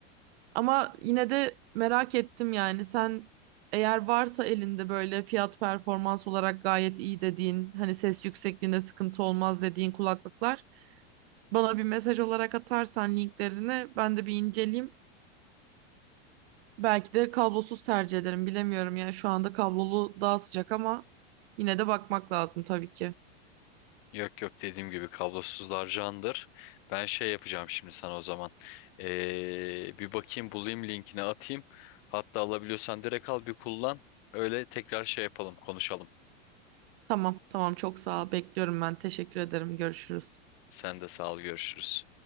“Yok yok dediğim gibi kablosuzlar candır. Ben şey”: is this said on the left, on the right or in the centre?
Left